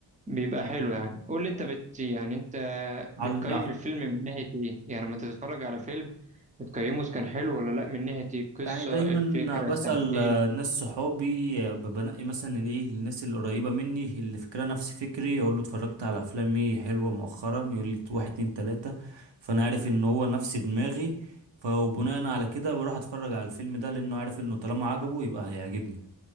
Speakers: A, on the right; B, on the right.
A: بيبقى حلو يعني قول لي انت بت يعني انت بتقيم
B: على
A: الفيلم من ناحية ايه يعني لما تتفرج على فيلم بتقيمه اذا كان حلو ولا لا من ناحية ايه؟ القصة
B: يعني دايما
A: الفكرة
B: بسأل
A: التمثيل
B: آه، ناس صحابي آه، بنقي مثلا الايه الناس القريبة مني اللي فكرها نفس فكري اقول له اتفرجت على افلام ايه حلوة مؤخرا يقول لي واحد اتنين تلاتة فانا عارف ان هو نفس دماغي فبناء على كده بروح اتفرج على الفيلم ده لانه عارف انه طالما عجبه يبقى هيعجبني